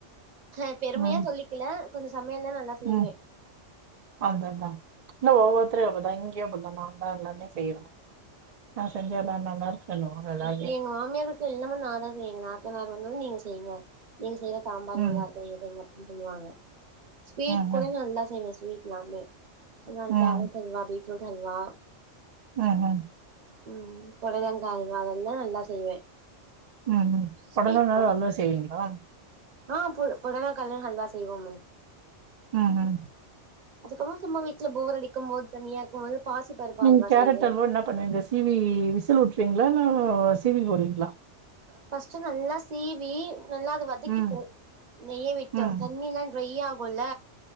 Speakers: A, on the right; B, on the right.
A: அபெருமையா
B: ம்
A: சொல்லிக்கல கொஞ்சோ சமையல்லா நல்லா செய்வே
B: ம் அததா இல்ல ஒவ்வொருத்தரு அப்படிதா இங்கேயு அப்பதானா எல்லாமே செய்வோ நா செஞ்ச எல்லா நல்லா இருக்குன்னுவாங்க எல்லாருமே.
A: அப்டி எங்க மாமியாரு வீட்ல எல்லாமே நான்தா செய்வங்க எங் நாத் த்தனார் வந்து நீங்க செய்யுங்க நீங்க செய்யற சாம்பார்
B: ம்
A: நல்லா இருக்கும் நீங்க செஞ்சா அப்டின்னு சொல்லுவாங்க ஸ்வீட்
B: ம்ஹ்ம்
A: கூட நல்லா செய்வ ஸ்வீட்லாமே என்ன
B: ம்
A: கேரட் அல்வா பீட் ரூட் ஹல்வா
B: ம்ஹ்ம்
A: ம் பொடலங்கா ஹல் வா எல்லா நல்லா செய்வே
B: ம் ம் புடலங்கால
A: ஸ்வீட்கு
B: ஹல்வா செய்வீங்களா
A: ஆ பு புடலங்கால்லையு ஹல்வா செய்வோமே
B: ம் ம்
A: அதுக்கப்பறோ சும்மா வீட்டுல போர் அடிக்கும் போது தனியா இருக்கும் போது பாசி பருப்பு
B: நீங்க
A: அல்வா
B: கேரட்
A: செய்வே
B: அல்வா என்ன பண்ணுவீங்க சிவி விசில் விட்டுருவீங்களா ஓஹோஹோ சிவி போடுங்களா
A: ஃபர்ஸ்ட்டு நல்லா சீவி நல்லா அது வதக்கிப்போ
B: ம்
A: நெய்ய விட்டு
B: ம்
A: தண்ணில்லா டிரை ஆ குல்ல